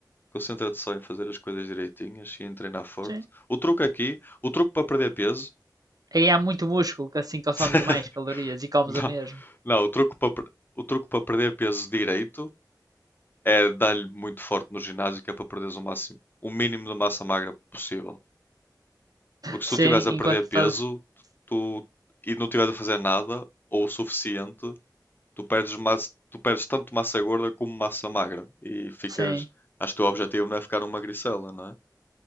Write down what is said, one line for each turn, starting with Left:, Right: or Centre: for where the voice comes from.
Left: Concentra-te só em fazer as coisas direitinhas e em treinar forte.
Right: sim.
Left: O truque aqui, o truque para perder peso.
Right: Aí há muito músculo, que assim consomos
Left: <laughs>
Right: mais calorias e comes
Left: Não,
Right: o mesmo.
Left: não, o truque para, per- o truque para perder peso direito é dar-lhe muito forte no ginásio, que é para perderes o máximo, o mínimo de massa magra possível. Porque se
Right: Sim,
Left: tu estiveres a
Right: enquanto
Left: perder peso
Right: estás.
Left: tu, e não estiveres a fazer nada, ou o suficiente, tu perdes, massa, tu perdes tanto massa gorda como massa magra. E ficas.
Right: Sim.
Left: Acho que o teu objetivo não é ficar uma magricela, não é?